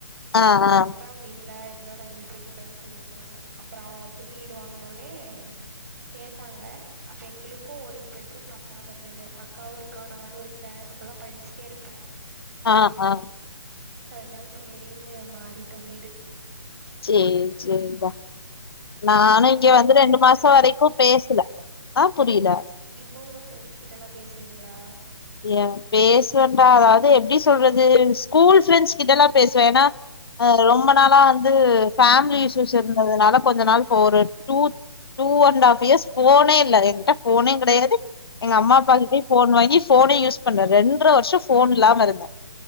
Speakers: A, on the left; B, on the right.
A: ஆ ஆ
B: அவுங்க இல்ல இதெல்லா நாங்க விட்றது இல்லன்னு சொல்லிருந்தாங்க அப்றோ அவங்க புது வீடு வாங்ன ஒன்னே கேட்டாங்க அப்ப எங்குளுக்கு ஒரு பெட்ரூம் பத்தாம இருந்தது அக்காவு இருக்கா நானு இருக் கே அப்பல்லா படிச்சிட்டே இருப்பே
A: ஆ ஆ
B: அதுனால சேரின்னு மாறிட்டோ வீடு
A: சேரி சேரிப்பா நானு இங்க
B: இப்போ
A: வந்து
B: உங்க ஃப்ரெண்ட்ஸ்ட்டல்லா
A: ரெண்டு மாசோ வரைக்கு பேசல ஆ புரியல
B: இப்பவு உங்க ஃப்ரெண்ட்ஸ் கிட்டலா பேசுவீங்ளா
A: ஏ பேசுவன்டா அதாவது எப்டி சொல்றது ஸ்கூல் ஃப்ரெண்ட்ஸ் கிட்டல்லா பேசுவே ஏனா ஆ ரொம்ப நாளா வந்து ஃபேமிலி இஸ்யூஸ் இருந்ததுனால கொஞ்ச நாள் ஒரு two two and half years போனே இல்ல என்கிட்ட போனே கெடயாது எங்க அம்மா அப்பக்கிட்டயு ஃபோன் வாங்கி ஃபோனே யூஸ் பண்ணல ரெண்ற வருஷ்ஷோ ஃபோன் இல்லாம இருந்தே